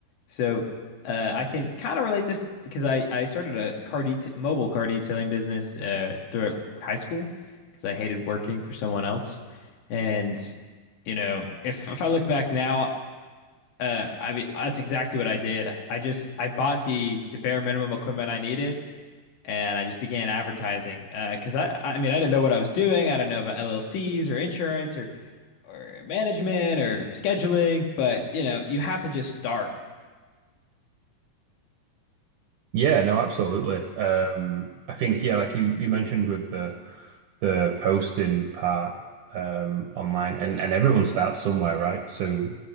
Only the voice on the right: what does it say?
Yeah, no, absolutely. Um, I think yeah, like you you mentioned with the the posting part um, online, and and everyone starts somewhere, right? So